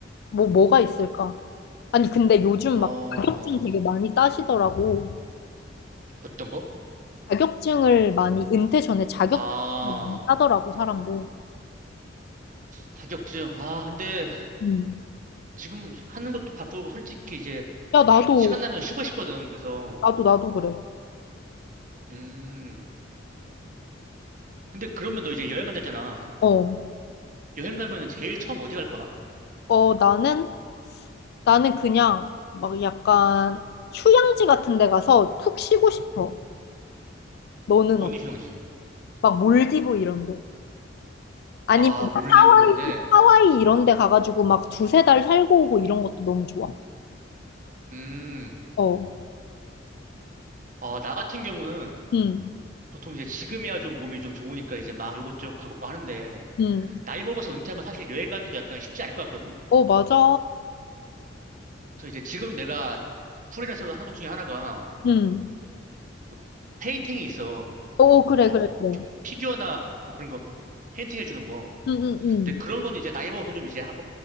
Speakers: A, on the left; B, on the right.
A: 뭐, 뭐가 있을까? 아니, 근데 요즘
B: 어,
A: 막 자격증 되게 많이 따시더라고.
B: 어떤 거?
A: 자격증을 많이 은퇴 전에 자격증을
B: 아,
A: 많이 따더라고 사람들.
B: 자격증. 아, 근데
A: 음.
B: 지금 하는 것도 바쁘고 솔직히 이제
A: 야 나도
B: 시간 나면 쉬고 싶거든. 그래서
A: 나도 나도 그래.
B: 음. 근데 그러면 너 이제 여행 간다잖아.
A: 어.
B: 여행 가면은 제일 처음 어디 갈 거야?
A: 어 나는 나는 그냥 막 약간 휴양지 같은 데 가서 푹 쉬고 싶어. 너는
B: 어느
A: 어때?
B: 휴양지.
A: 막 몰디브 이런 데. 아니면
B: 아, 몰디브
A: 막 하와이
B: 그런데.
A: 하와이 이런 데 가가지고 막 두세 달 살고 오고 이런 것도 너무 좋아.
B: 음.
A: 어.
B: 아, 나 같은 경우는
A: 음.
B: 보통 이제 지금이야 좀 몸이 좀 좋으니까 이제 막 요것저것 하고 하는데
A: 음.
B: 나이 먹어서 은퇴하면 사실 여행 가기도 약간 쉽지 않을 것 같거든?
A: 어 맞아.
B: 그래서 이제 지금 내가 프리랜서로 하는 것 중에 하나가
A: 음.
B: 그 페인팅이 있어.
A: 어 어, 그래
B: 뭐
A: 그래 그래.
B: 피규어나 뭐 그런 거 페인팅 해주는 거.
A: 음 음, 음.
B: 근데 그런 건 이제 나이 먹어서 좀 이제 할